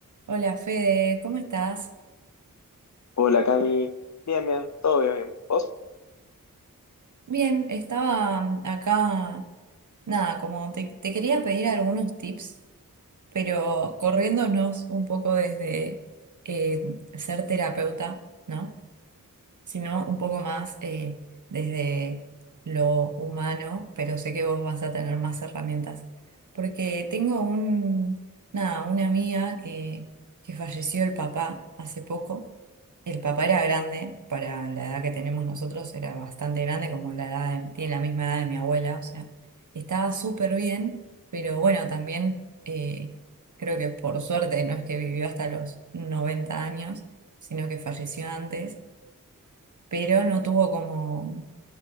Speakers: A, on the right; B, on the left.
A: Hola Fede, ¿cómo estás?
B: Hola Cami, bien, bien, todo bien, bien. ¿Vos?
A: Bien, estaba mm, acá, nada, como te, te quería pedir algunos tips, pero corriéndonos un poco desde eh, ser terapeuta, ¿no? sino un poco más eh, desde lo humano, pero sé que vos vas a tener más herramientas. Porque tengo un, nada, una amiga que, que falleció el papá hace poco. El papá era grande, para la edad que tenemos nosotros era bastante grande, como la edad de- tiene la misma edad de mi abuela, o sea, estaba súper bien, pero bueno, también eh, creo que por suerte no es que vivió hasta los 90 años, sino que falleció antes pero no tuvo como,